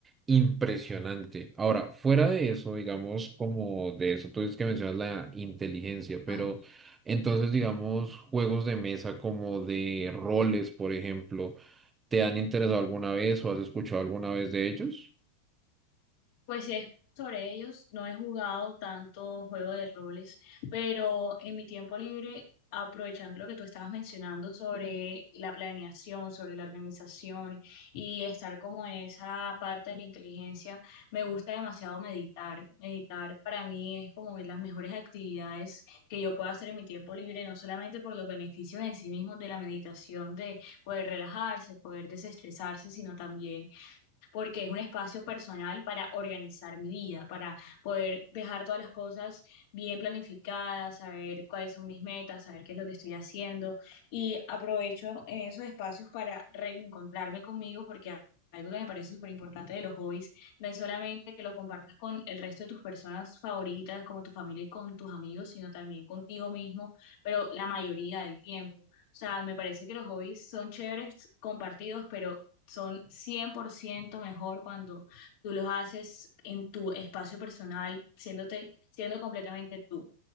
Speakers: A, on the right; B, on the left.
A: impresionante. Ahora, fuera de eso, digamos como de eso, tú dices que mencionas la inteligencia, pero...
B: Ajá.
A: Entonces, digamos, juegos de mesa como de roles, por ejemplo, ¿te han interesado alguna vez o has escuchado alguna vez de ellos?
B: Pues sí, sobre ellos no he jugado tanto juego de roles, pero en mi tiempo libre, aprovechando lo que tú estabas mencionando sobre la planeación, sobre la organización y estar como en esa parte de la inteligencia, me gusta demasiado meditar. Meditar para mí es como de las mejores actividades que yo puedo hacer en mi tiempo libre, no solamente por los beneficios en sí mismos de la meditación, de poder relajarse, poder desestresarse, sino también porque es un espacio personal para organizar mi vida, para poder dejar todas las cosas bien planificadas, saber cuáles son mis metas, saber qué es lo que estoy haciendo y aprovecho en esos espacios para reencontrarme conmigo porque algo que me parece súper importante de los hobbies no es solamente que lo compartas con el resto de tus personas favoritas, como tu familia y con tus amigos, sino también contigo mismo, pero la mayoría del tiempo. O sea, me parece que los hobbies son chéveres compartidos, pero son 100% mejor cuando tú los haces en tu espacio personal, siéndote, siendo completamente tú.